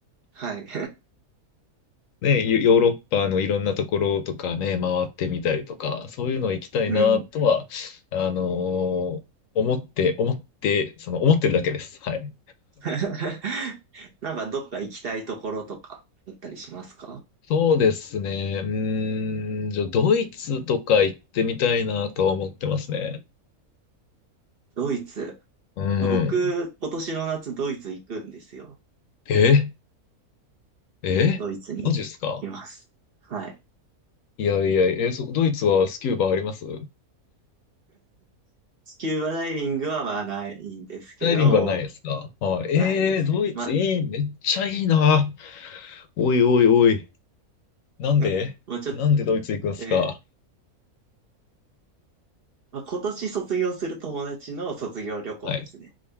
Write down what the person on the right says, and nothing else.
はい。
<laughs> うん。
<laughs> なんかどっか行きたいところとかだったりしますか
ドイツ。
僕、今年の夏ドイツ行くんですよ。
ドイツにいます。はい。
スキューバダイビングはまあないんですけど、
ないです。
まあ、
<laughs> まあちょっと、えーまあ、今年卒業する友達の卒業旅行ですね。